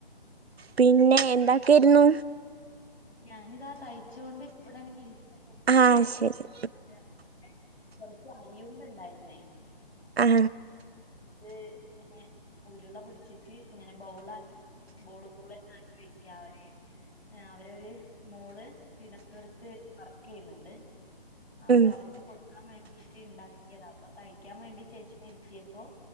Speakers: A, on the right; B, on the left.
A: പിന്നെ എന്താക്കായിരുന്നു
B: ഞാനിതാ തയ്ച്ചോണ്ട് ഇവിടെങ്ങനെ ഇരിക്ക കൊച്ച്
A: ആ
B: ഇവിടെങ്ങനിരിക
A: ശരി
B: കൊറച്ച് അരിയുണ്ട ഉണ്ടായിരുന്നേ
A: ആ
B: ഇത് ഏഹ് ഉരുള്ള പിടിച്ചിട്ട് ഇങ്ങനെ ബൗളാക്കി ബോള് ബോള്നെക്കി വെക്ക അവര് അവരു മോള് തിരുവനന്തപുരത്ത് വർക്ക് ചെയ്യുന്നുണ്ട് അപ്പൊ
A: ഉം
B: അവർക്ക് കൊട്ക്കാൻ വേണ്ടിട്ട് ഇണ്ടാക്കിയതാ അപ്പോ തയ്ക്കാൻ വേണ്ടി ചേച്ചീനെ ഇരുത്തിയപ്പോ